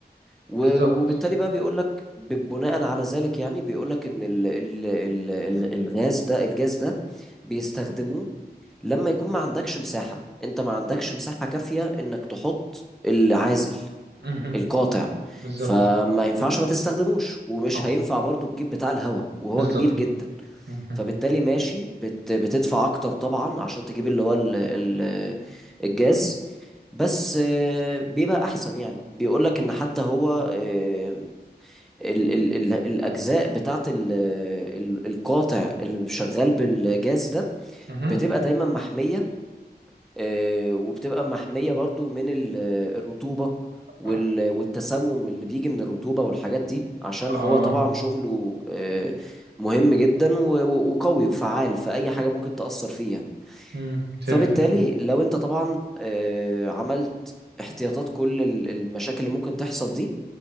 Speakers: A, in the centre; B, on the right.
A: و-
B: بالظبط
A: وبالتالي بقى بيقولك ب- بناء على ذلك يعني بيقولك ان ال- ال- ال- الغاز ده الجاز ده بيستخدموه لما يكون ما عندكش مساحة انت ما عندكش مساحة كافية انك تحط العازل
B: مهم.
A: القاطع
B: بالظبط
A: فما ينفعش ما تستخدموش ومش
B: اه
A: هينفع برضو تجيب بتاع الهواء وهو
B: بالظبط
A: كبير جدا
B: مهم.
A: فبالتالي ماشي بت بتدفع اكتر طبعا عشان تجيب اللي هو ال ال الجاز بس آه، بيبقى احسن يعني بيقولك ان حتى هو آه، ال ال ال الاجزاء بتاعت ال ال القاطع اللي شغال بالجاز ده
B: مهم.
A: بتبقى دايما محمية آه، وبتبقى محمية برضو من ال- آه، الرطوبة وال-
B: اه
A: آه، والتسمم اللي بيجي من الرطوبة والحاجات دي عشان
B: آه.
A: هو طبعا شغله آه، مهم جدا و- و- وقوي وفعال في أي حاجة ممكن تأثر فيه يعني
B: مم. فهمتك
A: فبالتالي لو انت طبعا آه، عملت احتياطات كل ال- المشاكل اللي ممكن تحصل دي